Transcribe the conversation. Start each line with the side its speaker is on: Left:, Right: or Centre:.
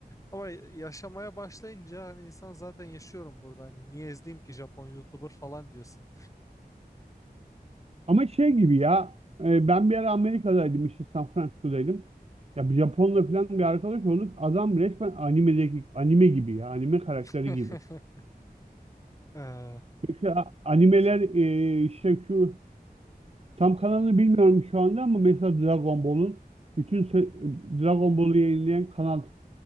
Left: Ama yaşamaya başlayınca hani insan zaten yaşıyorum burada. Hani niye izleyeyim ki Japon YouTuber falan diyorsun.
Right: Ama şey gibi ya e, ben bir ara Amerika'daydım işte San Francisco'daydım. Ya bir Japonla falan bir arkadaş olduk. Adam resmen animedeki anime gibi ya anime karakteri
Left: <laughs>
Right: gibi.
Left: Ee,
Right: Mesela animeler e, işte şu tam kanalını bilmiyorum şu anda ama mesela Dragon Ball'un bütün se- Dragon Ball'u yayınlayan kanal